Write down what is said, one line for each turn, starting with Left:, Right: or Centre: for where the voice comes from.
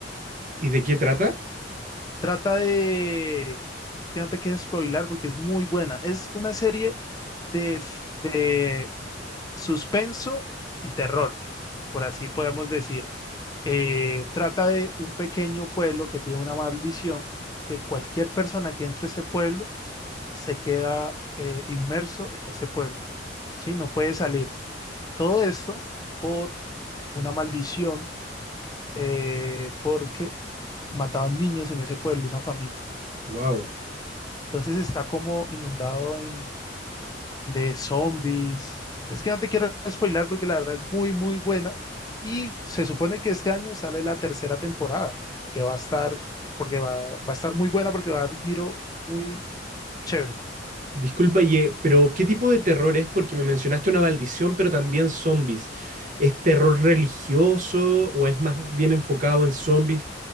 Right: ¿Y de qué trata?
Left: Trata de... Es que no te quieres spoilar porque es muy buena. Es una serie de, f- de suspenso y terror, por así podemos decir. Eh, trata de un pequeño pueblo que tiene una maldición, que cualquier persona que entre a ese pueblo se queda eh, inmerso en ese pueblo, ¿sí? No puede salir. Todo esto por una maldición eh, porque mataban niños en ese pueblo, una familia.
Right: Wow.
Left: Entonces está como inundado en- de zombies. Es que no te quiero spoilar porque la verdad es muy, muy buena. Y se supone que este año sale la tercera temporada, que va a estar, porque va, va a estar muy buena porque va a dar un giro muy chévere.
Right: Disculpa, Ye, pero ¿qué tipo de terror es? Porque me mencionaste una maldición, pero también zombies. ¿Es terror religioso o es más bien enfocado en zombies?